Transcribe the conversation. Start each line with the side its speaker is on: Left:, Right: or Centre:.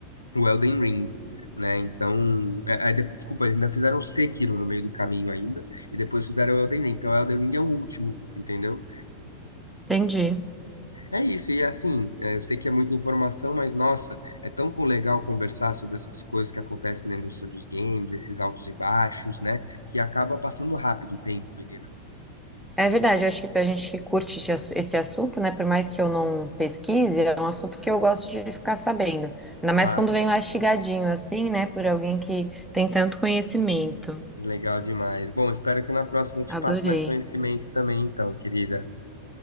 Left: o Elden Ring, né? Então, é, é, de- desculpa, eles ainda fizeram o Sekiro no meio do caminho ainda, e depois fizeram o Elden Ring. Então, o Elden Ring é o último, entendeu?
Centre: Entendi.
Left: É, é isso, e assim, é, eu sei que é muita informação, mas nossa, é tão com- legal conversar sobre essas coisas que acontecem na indústria dos games, esses altos e baixos, né? Que acaba passando rápido o tempo, menina.
Centre: É verdade, eu acho que pra gente que curte esse ass- esse assunto, né, por mais que eu não pesquise, é um assunto que eu gosto de ficar sabendo. Ainda mais
Left: Claro,
Centre: quando vem mastigadinho assim, né, por alguém que tem tanto conhecimento.
Left: legal demais. Bom, espero que na próxima eu te
Centre: Adorei.
Left: passe mais conhecimento também, então, querida.